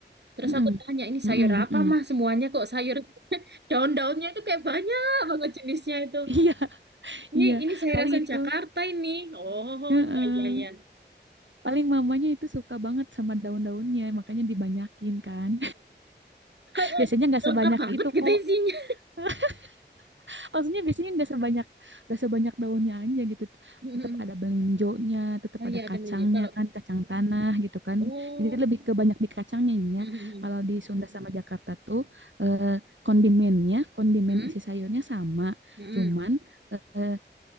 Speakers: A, on the right; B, on the right.
A: Terus
B: Mm-mm.
A: aku tanya, ini
B: Mm-mm,
A: sayur apa
B: mm-mm.
A: mah? Semuanya kok sayur. <laughs> Daun-daunnya itu kayak banyak banget jenisnya itu.
B: <laughs> Iya,
A: Ini
B: iya.
A: ini sayur
B: Paling
A: asam
B: itu.
A: Jakarta ini. Oh,
B: Heeh.
A: iya iya iya.
B: Paling mamanya itu suka banget sama daun-daunnya, makanya dibanyakin kan. <laughs>
A: Kayak
B: Biasanya
A: eh,
B: nggak sebanyak
A: lengkap banget
B: itu
A: gitu
B: kok.
A: isinya.
B: <laughs> Maksudnya biasanya nggak sebanyak nggak sebanyak daunnya aja gitu.
A: <laughs>
B: Tetap ada belinjonya, tetap
A: Oh
B: ada
A: iya ada
B: kacangnya
A: menunya. Kalau
B: kan, kacang tanah gitu kan.
A: oh.
B: Jadi lebih ke banyak di kacangnya ini
A: Hmm,
B: ya. Kalau di Sunda sama Jakarta tuh eh, kondimennya, kondimen
A: hmm,
B: isi sayurnya sama,
A: hmm, hmm,
B: cuman
A: hmm.
B: eh,